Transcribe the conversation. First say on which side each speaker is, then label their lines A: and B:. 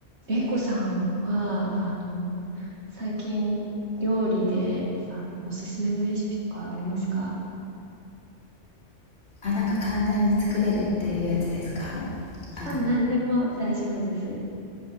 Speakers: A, on the right; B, on the left.
A: れいこさんは、あの、最近料理で、あの、おすすめのレシピとかありますか
B: あ、なんか簡単に作れるっていうやつですか？
A: さあ、
B: あの
A: 何でも大丈夫です。